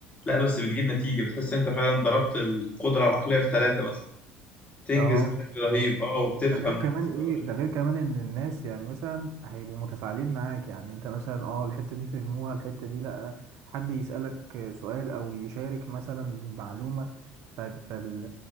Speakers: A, on the left; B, on the right.
A: لا بس بتجيب نتيجه بتحس إن انت فعلا ضربت القدره العقليه في ثلاثه مثلا تنجز
B: اه
A: بشكل رهيب
B: بالظبط.
A: اه وبتفهم
B: ده غير
A: وبتستوعب
B: كمان ايه ده غير كمان ان الناس يعني مثلا هيبقوا متفاعلين معاك يعني انت مثلا اه الحتة دي فهموها الحتة دي لأ حد يسألك سؤال او يشارك مثلا بمعلومة ف- فال